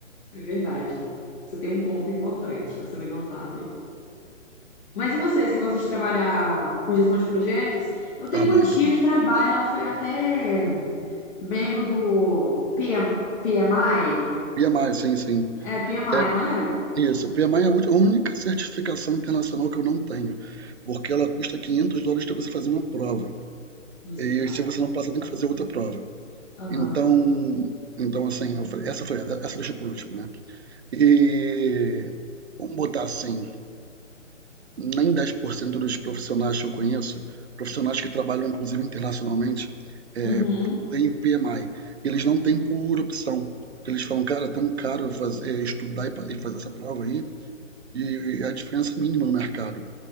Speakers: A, on the left; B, on the right.
A: É verdade. Você tem um ponto importante a ser levantado aí. Mas e você? Você gosta de trabalhar com gestão de projetos? Eu tenho
B: Ah,
A: uma
B: muito,
A: tia
B: muito.
A: que trabalha, ela foi até membro do p p m P m i
B: PMI, sim, sim.
A: É, p m
B: É
A: i não é?
B: isso. PMI é a ulti- a única certificação internacional que eu não tenho, porque ela custa 500 dólares para você fazer uma prova.
A: Nossa,
B: E
A: muito caro.
B: se você não passa, tem que fazer outra prova.
A: Aham.
B: Então, então assim, eu falei, essa foi, essa deixa por último, né? E vamos botar assim, nem 10% dos profissionais que eu conheço, profissionais que trabalham inclusive internacionalmente, é,
A: Uhum,
B: têm PMI. E eles não têm por opção. Eles falam, cara, é tão caro fazer, estudar e fazer essa prova aí, e é a diferença é mínima no mercado.